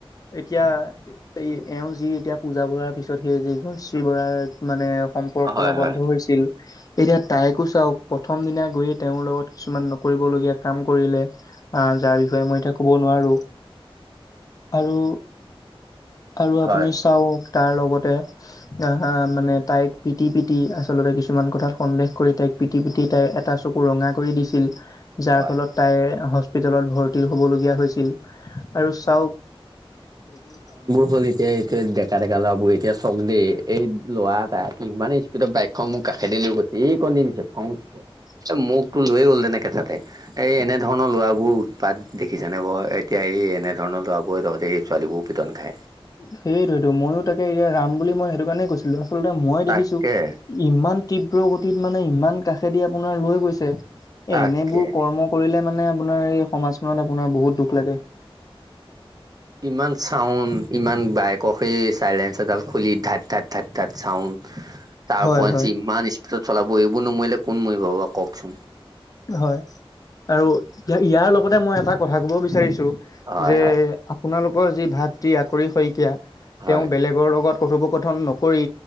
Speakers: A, on the left; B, on the right.
A: এতিয়া এই এওঁ যি এতিয়া পূজা বৰুৱাৰ পিছত সেই <unintelligible> মানে সম্পৰ্কত
B: হয়
A: আৱদ্ধ
B: হয়
A: হৈছিল। এতিয়া তাইকো চাওক প্ৰথম দিনা গৈয়ে তেওঁ লগত কিছুমান কৰিবলগীয়া কাম কৰিলে আ যাৰ বিষয়ে মই এতিয়া ক'ব নোৱাৰো। আৰু আৰু আপুনি
B: হয়
A: চাওক তাৰ লগতে আ মানে তাইক পিটি পিটি আচলতে কিছুমান কথা সন্দেহ কৰি তাইক পিটি পিটি তাইৰ এটা চকু ৰঙা কৰি দিছিল। যাৰ
B: হয়
A: ফলত তাইৰ হস্পিটেলত ভৰ তি হ'বলগীয়া হৈছিল আৰু চাওক
B: বোৰ হ'ল এতিয়া এই ডেকা ডেকা ল'ৰাবোৰ এতিয়া চং দেই এই ল'ৰা এটা ইমানেই স্পীডত বাইকখন মোৰ কাষেদি লৈ গৈছে এই কনদি নিছে ফৌ
A: <inaudible>
B: এ মোকতো লৈ গ'ল তেনে কেথাতে এ এনেধৰণৰ ল'ৰাবোৰৰ উৎপাত দেখিছেনে বাৰু এতিয়া এই এনেধৰণৰ ল'ৰাবোৰে <unintelligible> এই ছোৱালীবোৰৰ পিটন খায়।
A: সেইটোৱেটো ময়ো তাকে এইয়া ৰাম বুলি মই এইটো কাৰণে কৈছিলো। আচলতে মই
B: তাকে
A: দেখিছো ইমান তীব্ৰ গতিত মানে ইমান কাষেদি আপোনাৰ লৈ গৈছে। এ
B: তাকে
A: এনেবোৰ কৰ্ম কৰিলে মানে আপোনাৰ এই সমাজখনত আপোনাৰ বহুত দুখ লাগে।
B: ইমান চাউণ্ড, ইমান বাইকৰ সেই চাইলেঞ্চাৰডাল খুলি ধাক-ধাক ধাক-ধাক চাউণ্ড, তাৰ
A: হয়
B: উপৰেঞ্চি
A: হয়
B: ইমান ইছ দত চলাব। এইবোৰ নমৰিলে কোন মৰিব বাৰু কওকচোন।
A: হয় আৰু ইয়াৰ লগতে মই এটা কথা ক'ব বিচাৰিছো।
B: হয়
A: যে
B: হয়
A: আপোনালোকৰ যি ভাতৃ আকুৰি শইকীয়া,
B: হয়
A: তেওঁ বেলেগ গৰ লগত কথোপকথন নকৰি